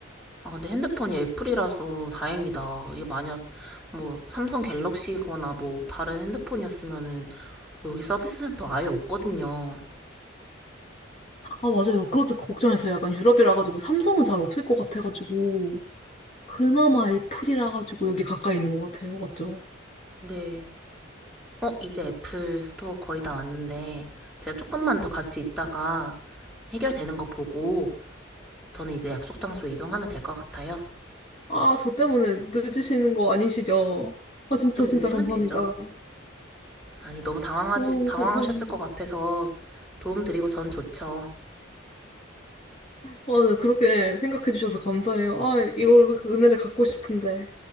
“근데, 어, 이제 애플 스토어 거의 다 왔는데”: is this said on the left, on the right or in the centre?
Centre